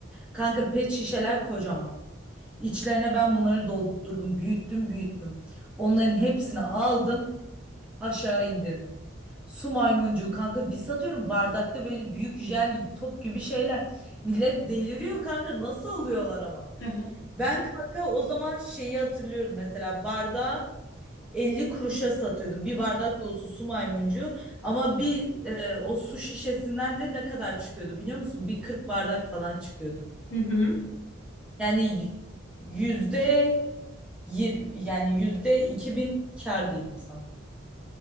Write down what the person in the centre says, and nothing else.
Kanka pet şişeler kocaman. İçlerine ben bunları doldurdum, büyüttüm, büyüttüm. Onların hepsini aldım, aşağı indirdim. Su maymuncuğu kanka bir satıyorum bardakta böyle büyük jel top gibi şeyler. Millet deliriyor kanka nasıl alıyorlar ama?
Ben kanka o zaman şeyi hatırlıyorum mesela bardağı 50 kuruşa satıyordum. Bir bardak dolusu su maymuncu ama bir e, o su şişesinden de ne kadar çıkıyordu biliyor musun? Bir 40 bardak falan çıkıyordu.
Yani y- yüzde yir- yani yüzde 2000 kar diyeyim sana.